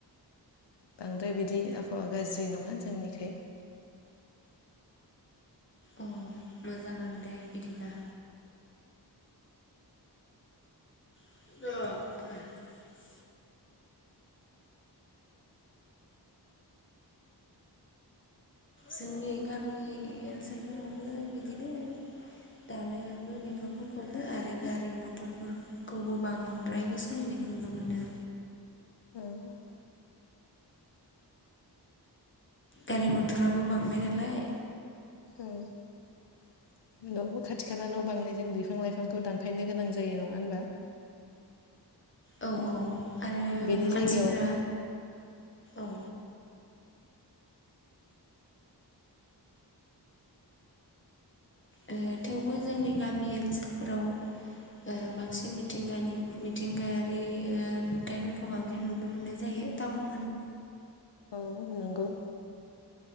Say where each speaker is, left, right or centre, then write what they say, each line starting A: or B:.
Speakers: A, on the left; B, on the left.
A: बांद्राय बिदि आबहावा गाज्रि नङा जोंनिखै।
B: अ मोजाङानो दे बिदिब्ला। <unintelligible> जोंनि गामि ओनसोलफोरावबो बिदिनो। दानोबो
A: औ
B: बिफांफोरखौबो आरो गारि मथरफोरखौबो बांद्रायबो सालायनायखौ नुनो मोनदों।
A: औ
B: गारि मथराबो बांबाय नालाय।
A: <unintelligible> उनावबो खाथि खाला न' बांनायजों बिफां लाइफांखौ दानफायनो गोनां जायो नङा होनबा?
B: <inaudible> आरो
A: बेनि
B: मानसिफोरा
A: जायगायाव
B: औ। ओ थेवबो जोंनि गामि ओनसोलफोराव ओ बांसिन मिथिंगानि मिथिंगायारि ओ नुथायाइफोरखौ बांसिन नुनो मोननाय जायो टाउन
A: ओ औ नंगौ।